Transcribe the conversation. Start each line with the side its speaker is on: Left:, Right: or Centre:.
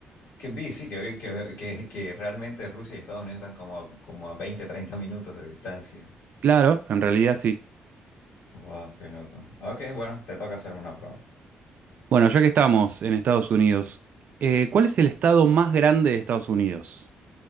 Left: que vi, sí, que vi que, que, que realmente Rusia y Estados Unidos están como a, como a 20 30 minutos de distancia.
Right: Claro, en realidad sí.
Left: Wow, qué loco. Ok, bueno, te toca hacerme una pregunta.
Right: Bueno, ya que estamos en Estados Unidos, eh, ¿cuál es el estado más grande de Estados Unidos?